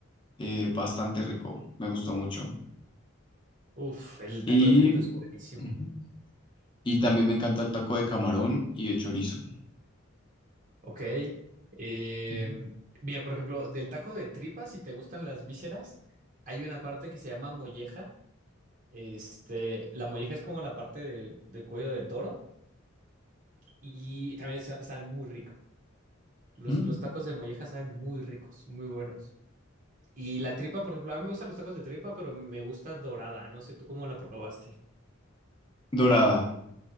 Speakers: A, on the left (about 25°); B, on the right (about 40°).
A: eh, bastante rico, me gustó mucho.
B: Uf, el
A: Y,
B: taco de tripa es buenísimo.
A: ujú, y también me encanta el taco de camarón y de chorizo.
B: Ok. eh,
A: Ujú.
B: mira, por ejemplo, del taco de tripa, si te gustan las vísceras, hay una parte que se llama molleja. Este, la molleja es como la parte del del cuello del toro y también sa- sabe muy rico. Los,
A: Mm.
B: los tacos de molleja saben muy ricos, muy buenos. Y la tripa, por ejemplo, a mí me gustan los tacos de tripa, pero me gusta dorada. No sé tú cómo la probaste.
A: Dorada,